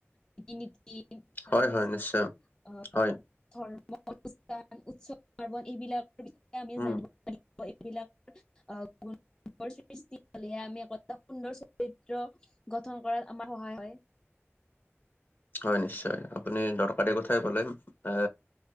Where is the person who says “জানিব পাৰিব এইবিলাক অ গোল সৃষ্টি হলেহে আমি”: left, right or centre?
Left